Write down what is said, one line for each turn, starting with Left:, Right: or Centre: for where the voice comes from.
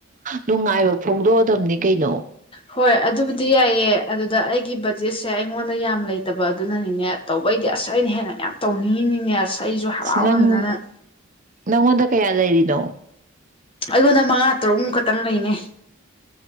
Right: ꯅꯨꯡꯉꯥꯏꯕ ꯐꯣꯡꯗꯣꯛꯑꯗꯕꯅꯤ ꯀꯩꯅꯣ
Left: ꯍꯣꯏ ꯑꯗꯨꯕꯨꯗꯤ ꯌꯥꯏꯑ ꯑꯗꯨꯗ ꯑꯩꯒꯤ ꯕꯖꯦꯠꯁꯦ ꯑꯩꯉꯣꯟꯗ ꯌꯥꯝ ꯂꯩꯇꯕ ꯑꯗꯨꯅꯅꯤꯅꯦ ꯇꯧꯕꯩꯗꯤ ꯑꯁ ꯑꯩꯅ ꯍꯦꯟꯅ ꯌꯥꯝ ꯇꯧꯅꯤꯡꯉꯤꯅꯤꯅꯦ ꯑꯁ ꯑꯩꯁꯨ ꯍꯔꯥꯎꯃꯟꯗꯅ
Right: ꯑꯁ ꯅꯪ ꯅꯪꯉꯣꯟꯗ ꯀꯌꯥ ꯂꯩꯔꯤꯅꯣ
Left: ꯑꯩꯉꯣꯟꯗ ꯃꯉꯥ ꯇꯔꯨꯛꯃꯨꯛ ꯈꯛꯇꯪ ꯂꯩꯅꯦ